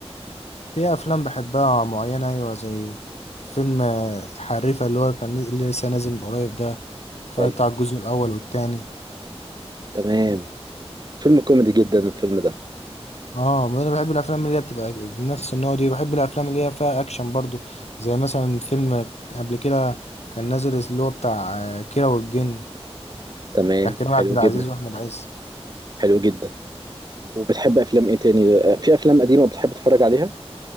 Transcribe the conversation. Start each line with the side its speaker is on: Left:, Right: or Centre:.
Left: في افلام بحبها معينه ايوه زي فيلم آه، الحريفه اللي هو كان نز- اللي لسه نازل من قريب ده اتفرجت
Right: حلو
Left: على الجزء الاول والتاني
Right: تمام فيلم كوميدي جدا الفيلم ده
Left: اه ما انا بحب الافلام اللي هي بتبقى نفس النوع دي بحب الافلام اللي هي فيها اكشن برضو زي مثلا فيلم قبل كده كان نازل اللي هو بتاع آه، كيرة والجن
Right: تمام
Left: بتاع كريم
Right: حلو
Left: عبد العزيز
Right: جدا
Left: واحمد عز
Right: حلو جدا وبتحب افلام ايه تاني؟ آه، في افلام قديمة بتحب تتفرج عليها؟